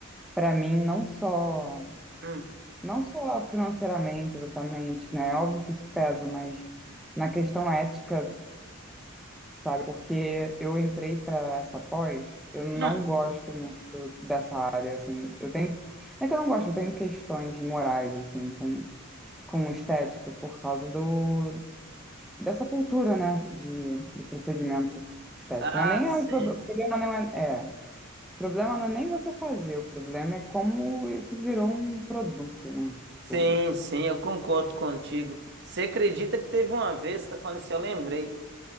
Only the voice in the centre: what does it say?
para mim, não só,
não só financeiramente, exatamente, né? É óbvio que isso pesa, mas na questão ética, sabe? Porque eu entrei para essa pós, eu não
gosto muito dessa assim, eu tenho, não é que eu não gosto, eu tenho questões morais, assim, com, com estética, por causa do, dessa cultura, né, de, do procedimento estético.
Não é nem
é um prob- o problema, não é, é, o problema não é nem você fazer, o problema é como isso virou um produto, né, tipo,